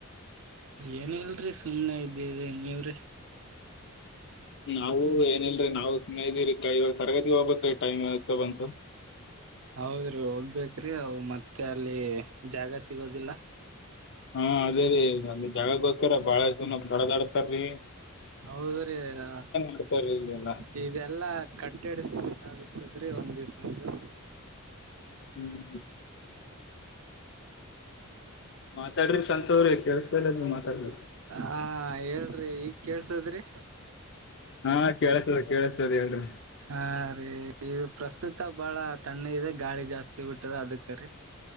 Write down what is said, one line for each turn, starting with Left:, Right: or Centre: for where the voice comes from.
Right: ಏನ ಇಲ್ಲಡ್ರಿ ಸುಮ್ಮ್ನೆ ಇದ್ದೇರಿ ನೀವರಿ.
Left: ನಾವು ಏನಿಲಡ್ರಿ ನಾವು ಸುಮ್ಮೆ ಇದೀವಿರಿ ಇವಾಗ ತರಗತಿ ಹೋಗ್ಬೇಕೀ ಟೈಮ್ ಆಗತ ಬಂತು.
Right: ಹೌದ್ರಿ ಹೋಗ್ಬೇಕ್ರಿ ಅವು ಮತ್ತೆ ಅಲ್ಲಿ ಜಾಗ ಸಿಗೋದಿಲ್ಲಾ.
Left: ಹಾ ಅದೇ ರೀ ಜಾಗಗೋಸ್ಕರ ಬಾಳ ಇದುನ್ನ ಬಡದಾಆಡ್ತಾರೀ.
Right: ಹೌದ್ರೀ ಅ
Left: ಮಾಡ್ತಾರ ಇಲ್ಲೆಲ್ಲಾ
Right: ಇ ಇದೆಲ್ಲಾ. ಕಟ್ಟೆಡಸ್ಬೇಕಾಗುತ್ತದ್ರ ಒಂದ್ ದಿವ್ಸದು.
Left: ಹು ಹು ಮಾತಾಡ್ರಿ ಸಂತುವ್ರಿ ಕೇಳಸ್ತಾ ಇಲ್ಲಾ ನೀವು ಮಾತಾಡ.
Right: ಆ ಹೇಳ್ರಿ ಈಗ್ ಕೇಳ್ಸದ್ರಿ.
Left: ಹಾ ಕೇಳಸ್ತದ ಕೇಳಸ್ತದ ಹೇಳ್ರಿ.
Right: ಹಾ ರೀ ಇ ಪ್ರಸ್ತುತ ಬಾಳ ತಣ್ಣಗಿದೆ ಗಾಳಿ ಜಾಸ್ತಿ ಬಿಟ್ಟದ ಅದಕ್ಕ ರೀ.